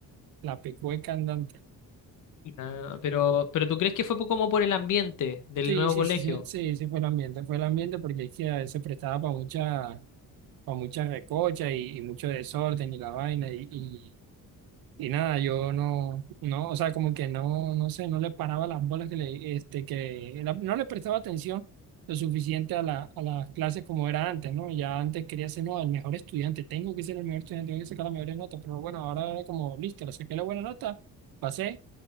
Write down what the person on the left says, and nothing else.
Ah, pero, pero ¿tú crees que fue po- como por el ambiente del
nuevo
colegio?